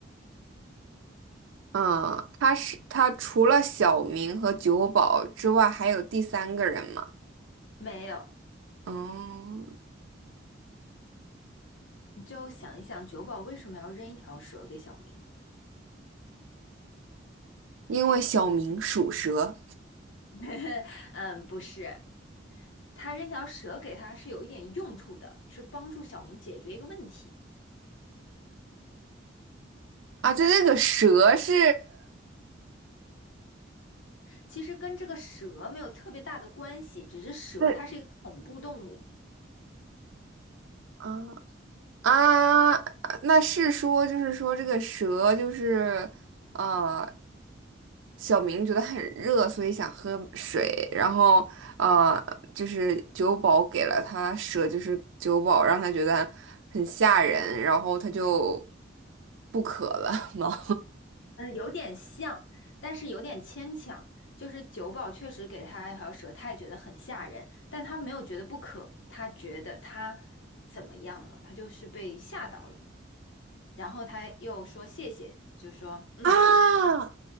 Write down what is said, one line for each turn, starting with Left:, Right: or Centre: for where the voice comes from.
Right: 嗯，他是他除了小明和酒保之外，还有第三个人吗？
Left: 没有。
Right: 嗯，
Left: 你就想一想，酒保为什么要扔一条蛇给小明？
Right: 因为小明属蛇
Left: <laughs> 嗯，不是，他扔条蛇给他是有一点用处的，是帮助小明解决一个问题。
Right: 啊，这这个蛇是，
Left: 其实跟这个蛇没有特别大的关系，只是蛇它是一个恐怖动物，
Right: 对，啊，啊，那是说，就是说这个蛇就是，呃，小明觉得很热，所以想喝水，然后呃，就是酒保给了他蛇，就是酒保让他觉得很吓人，然后他就不渴了吗？
Left: 嗯，有点像，但是有点牵强。就是九宝确实给他一条蛇，他也觉得很吓人，但他没有觉得不可，他觉得他怎么样了？他就是被吓到了，然后他又说谢谢，就说嗯
Right: <laughs> 啊，